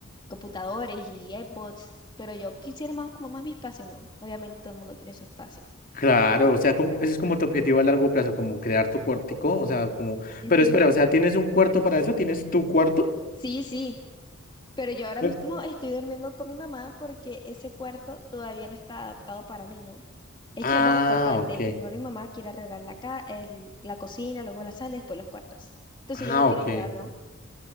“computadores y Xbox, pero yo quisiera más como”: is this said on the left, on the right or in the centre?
Left